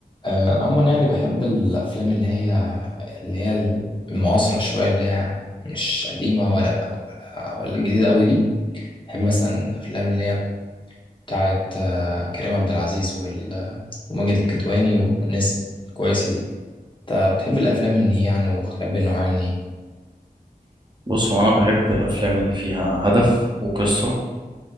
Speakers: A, on the left; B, on the right.
A: آه، أنا عموما يعني بحب الأفلام اللي هي اللي هي المعاصرة شوية اللي هي مش قديمة ولا ولا ولا جديدة أوي دي بحب مثلا أفلام اللي هي بتاعة آه، كريم عبد العزيز وال- وماجد الكدواني والناس الكويسة دي أنت بتحب الأفلام إن هي يعني وبتحب النوع يعني
B: بص هو انا بحب الافلام اللي فيها هدف وقصه